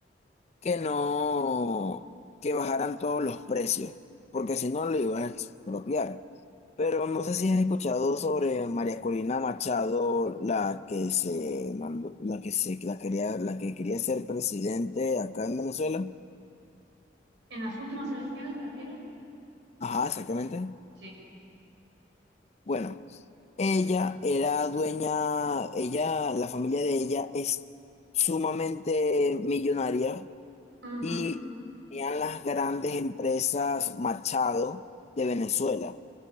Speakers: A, on the left; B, on the right.
A: que no, que bajaran todos los precios, porque si no lo iba a expropiar. Pero no sé si has escuchado sobre María Corina Machado, la que se mandó, la que se, la quería, la que quería ser presidente acá en Venezuela.
B: ¿En las últimas elecciones te refieres?
A: Ajá, exactamente.
B: Sí,
A: Bueno, ella era dueña, ella, la familia de ella es sumamente millonaria
B: Ujú,
A: y tenían las grandes empresas Machado de Venezuela.